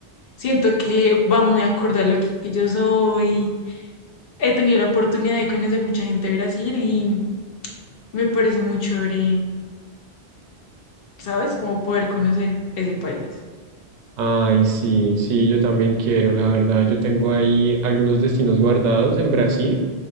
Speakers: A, on the left (about 60°); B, on the right (about 50°).
A: Siento que va muy acorde a lo que yo soy. He tenido la oportunidad de conocer mucha gente de Brasil y me parece muy chévere, ¿sabes? Como poder conocer ese país.
B: Ay, sí, sí, yo también quiero, la verdad. Yo tengo ahí algunos destinos guardados en Brasil.